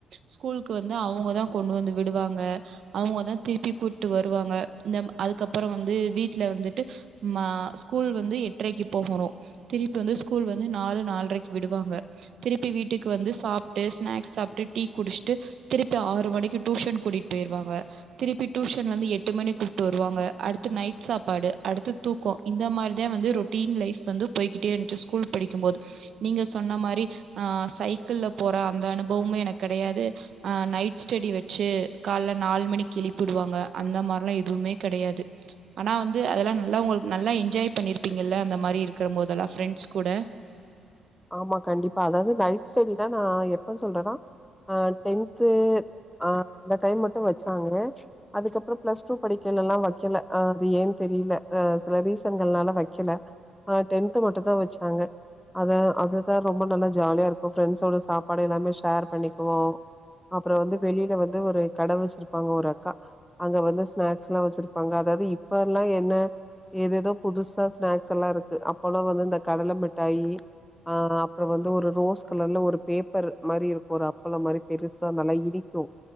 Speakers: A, on the right; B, in the centre.
A: ஸ்கூலுக்கு வந்து அவுங்கதான் கொண்டு வந்து விடுவாங்க அவுங்கதான் திருப்பி கூட்டு வருவாங்க இந்த அதுக்கப்புறம் வந்து வீட்ல வந்துட்டு ஸ்கூல் வந்து எட்ரைக்கு போகணும் திருப்பி வந்து ஸ்கூல் வந்து நாலு நாலரைக்கு விடுவாங்க திருப்பி வீட்டுக்கு வந்து சாப்ட்டு ஸ்நாக்ஸ் சாப்ட்டு டீ குடிச்சிட்டு திருப்பி ஆறு மணிக்கு டூஷன் கூட்டிட்டு போயிருவாங்க திருப்பி டூஷன்ல இருந்து எட்டு மணி கூப்ட்டு வருவாங்க அடுத்து நைட் சாப்பாடு அடுத்து தூக்கம் இந்த மாரிதான் வந்து ரொட்டீன் லைஃப் வந்து போயிகிட்டே இன்ச்சி ஸ்கூல் படிக்கும்போது நீங்க சொன்ன மாரி ஆ சைக்கிள போற அந்த அனுபவமும் எனக்கு கெடையாது ஆ நைட் ஸ்டெடி வச்சி கால்ல நாலு மணிக்கு எழிப்பிடுவாங்க அந்த மாரிலாம் எதுவுமே கெடையாது ஆனா வந்து அதெல்லாம் நல்லவங்களுக்கு நல்லா என்ஜாய் பண்ணிருப்பீங்க இல்ல அந்த மாரி இருக் கற மோதெல்லாம் ஃபிரெண்ஸ் கூட
B: ஆமா கண்டிப்பா அதாவது நைட் ஸ்டெடி தான் நான் எப்ப சொல்றன்னா ஆ டென்து ஆ அந்த டைம் மட்டும் வச்சாங்க அதுக்கப்புறம் பிளஸ் டூ படிக்கல எல்லாம் வக்கல அது ஏன் தெரியில ஆ சில ரீசன்கள்னால வக்கல ஆ டென்த்து மட்டும் தான் வச்சாங்க அத அதுதான் ரொம்ப நல்ல ஜாலியா இருக்கும் ஃப்ரெண்ஸோட சாப்பாடு எல்லாமே ஷேர் பண்ணிக்குவோம் அப்புறம் வந்து வெளியில வந்து ஒரு கட வச்சிருப்பாங்க ஒரு அக்கா அங்க வந்து ஸ்நாக்ஸ்லாம் வச்சிருப்பாங்க அதாவது இப்ப எல்லாம் என்ன ஏதேதோ புதுசா ஸ்நாக்ஸ் எல்லாம் இருக்கு அப்போல்லாம் வந்து இந்த கடல மிட்டாயி ஆ அப்புறம் வந்து ஒரு ரோஸ் கலர்ல ஒரு பேப்பர் மாரி இருக்கும் ஒரு அப்பலம் மாரி பெருசா நல்லா ஈ ஈக்கும்